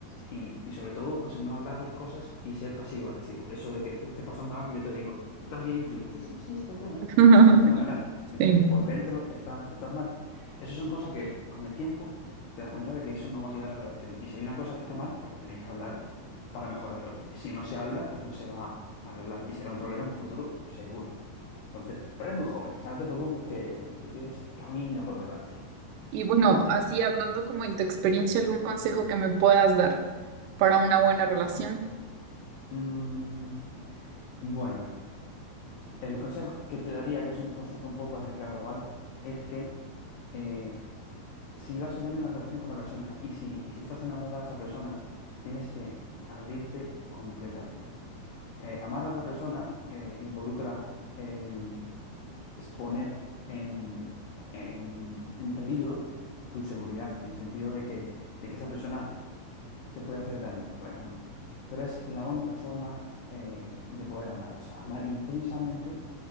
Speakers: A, on the left (about 80°); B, on the right (about 85°).
A: y, y sobre todo o sea, no hablar las cosas y ser pasivo-agresivo. Eso de que te esté pasando algo y yo te digo, ¿estás bien? Y tú, sí, sí, sí, estoy ya,
B: <laughs>
A: o sea, está fenomenal. Mientras
B: Sí.
A: que por dentro está, estás mal. Eso son cosas que con el tiempo te das cuenta de que eso no va a ayudar a la relación. Y si hay una cosa que está mal, pues lo tenéis que hablar para mejorarlo. Si no se habla, pues no se va a arreglar y será un problema en un futuro seguro. Entonces, pero eres muy joven, o sea, no te preocupes que, que tienes camino por delante.
B: Y bueno, así hablando como en tu experiencia, algún consejo que me puedas dar para una buena relación.
A: Mm, Bueno, el consejo que te daría, que es un consejo un poco arriesgado, ¿vale? Es que eh, si vas a tener una relación con una persona y si, y si estás enamorada de esa persona, tienes que abrirte completamente. Eh, amar a otra persona eh, involucra eh, exponer en, en, en peligro tu seguridad, en el sentido de que, de que esa persona te puede hacer daño, por ejemplo. Pero es la única forma eh, de poder amar, o sea, amar intensamente